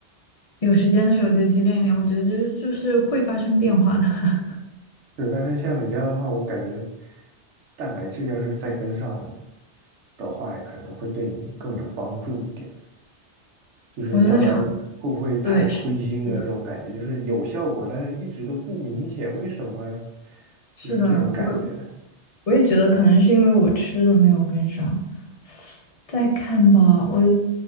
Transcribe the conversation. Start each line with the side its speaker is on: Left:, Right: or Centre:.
Left: 有时间的时候就去练一练。我觉得就是就是会发生变化的。<laughs>
Right: 是，但是像你这样的话，我感觉蛋白质要是再跟上的话，可能会对你更有帮助一点。就是要不然你会不会太灰心了？
Left: 我觉得肠，对，是的，
Right: 这种感觉就是有效果，但是一直都不明显，为什么？
Left: 是的，
Right: 就是这种感觉。
Left: 我我也觉得可能是因为我吃的没有跟上。再看吧，我